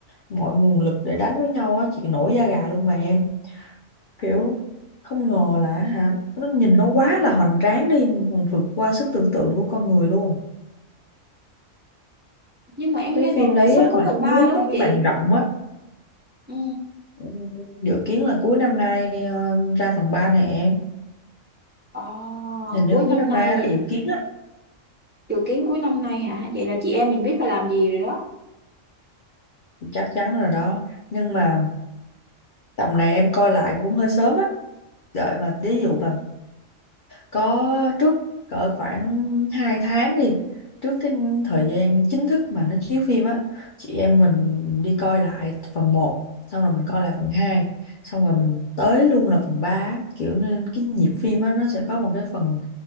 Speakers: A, on the left (about 60°); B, on the right (about 15°).
A: mọi nguồn lực để đánh với nhau á chị nổi da gà luôn mà em kiểu không ngờ là hả nó nhìn nó quá là hoành tráng đi còn vượt qua sức tưởng tượng của con người luôn
B: nhưng mà em
A: cái
B: nghe
A: phim
B: đồn
A: đấy
B: là sắp
A: á,
B: có
A: mà
B: phần ba
A: chiếu
B: đúng
A: trên
B: không
A: cái
B: chị
A: màn rộng á
B: ừ
A: Ừ, dự kiến là cuối năm nay ờ, ra phần 3 này em
B: Ồ,
A: hình
B: cuối
A: như
B: năm
A: cuối năm
B: nay
A: nay á
B: vậy.
A: dự kiến á
B: Dự kiến cuối năm nay hả? Vậy là chị em mình biết phải làm gì rồi đó.
A: chắc chắn rồi đó nhưng mà tầm này em coi lại cũng hơi sớm á đợi mà ví dụ mà có trước cỡ khoảng 2 tháng đi trước cái thời gian chính thức mà nó chiếu phim á chị em mình đi coi lại phần một xong rồi mình coi lại phần hai xong rồi mình tới luôn là phần 3 á. kiểu nên cái nhịp phim á nó sẽ có một cái phần